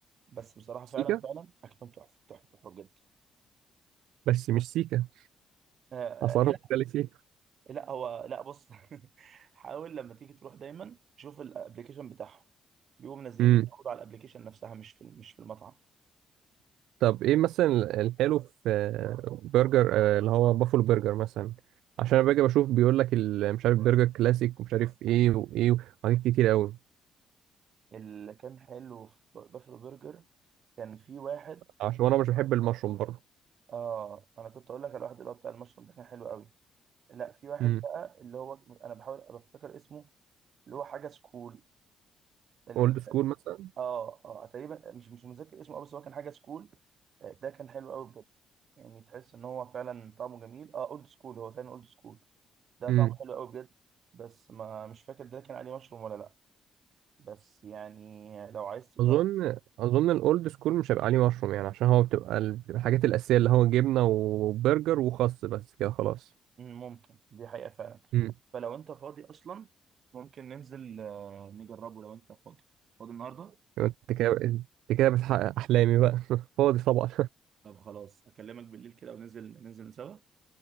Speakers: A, on the right; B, on the right.
A: بس بصراحه
B: سيكا
A: فعلا فعلا اكلهم تحفه تحفه تحفه بجد
B: بس مش سيكا
A: آه
B: أسعارها
A: آه، لا
B: مختلفة سيكا
A: لا هو لا بص <laughs> حاول لما تيجي تروح دايما شوف الابلكيشن بتاعهم بيبقوا منزلين
B: امم
A: العروض على الابلكيشن نفسها مش في مش في المطعم
B: طب إيه مثلا الحلو في آه، برجر آه، اللي هو بافلو برجر مثلا عشان أنا باجي بشوف بيقول لك ال- مش عارف برجر كلاسيك ومش عارف إيه وإيه وحاجات كتير أوي
A: اللي كان حلو في بافلو برجر كان في واحد
B: عشان أنا مش بحب المشروم برضو
A: اه انا كنت اقول لك على الواحد اللي هو بتاع المشروم ده كان حلو قوي لا في واحد
B: امم
A: بقى اللي هو انا بحاول بفتكر اسمه اللي هو حاجه سكول ال...
B: أولد سكول مثلا
A: اه اه تقريبا مش مش متذكر اسمه أوي، بس هو كان حاجه سكول آه، ده كان حلو قوي بجد يعني تحس ان هو فعلا طعمه جميل اه اولد سكول هو فعلا اولد سكول ده
B: امم
A: طعمه حلو قوي بجد بس ما مش فاكر ده كان عليه مشروم ولا لا بس يعني لو عايز تجرب
B: اظن اظن الاولد سكول مش هيبقى عليه مشروم يعني عشان هو بتبقى ال- بتبقى الحاجات الاساسيه اللي هو جبنه وبرجر وخس بس كده خلاص
A: مم، ممكن دي حقيقه فعلا
B: امم
A: فلو انت فاضي اصلا ممكن ننزل آه، نجربه لو انت فاضي فاضي النهارده
B: يبقى انت كده انت كده بتحقق احلامي بقى <laughs> فاضي طبعا
A: طب خلاص اكلمك بالليل كده وننزل ننزل سوا